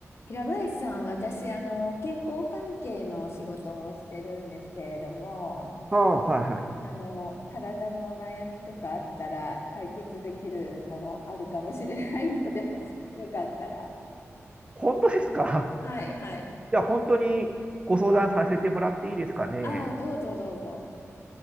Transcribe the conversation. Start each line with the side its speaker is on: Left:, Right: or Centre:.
Left: 平林さん、私、あの、健康関係のお仕事をしてるんですけれども、
Right: ああ、はいはい。
Left: うんあの、体のお悩みとかあったら解決できるものあるかもしれないので <laughs> よかったら。
Right: 本当ですか
Left: はい、はい。
Right: <laughs> じゃあ本当にご相談させてもらっていいですかね。
Left: ああ、どうぞどうぞ。